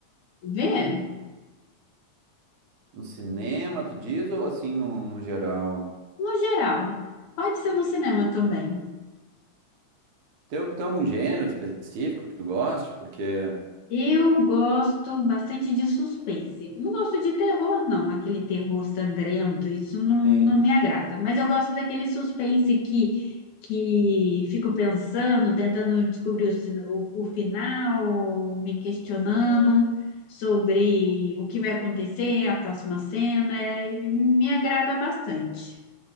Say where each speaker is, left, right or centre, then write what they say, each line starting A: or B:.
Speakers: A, on the left; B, on the right.
A: ver?
B: No cinema, tu diz, ou assim no, no geral?
A: No geral, pode ser no cinema também.
B: Tem, al- tem algum gênero específico que tu goste? Porque,
A: Eu gosto bastante de suspense. Eu não gosto de terror, não, aquele terror sangrento, isso não,
B: sim.
A: não me agrada. Mas eu gosto daquele suspense que, que fico pensando, tentando descobrir o, sina- o, o final, ou me questionando sobre o que vai acontecer, a próxima cena. é- me agrada bastante.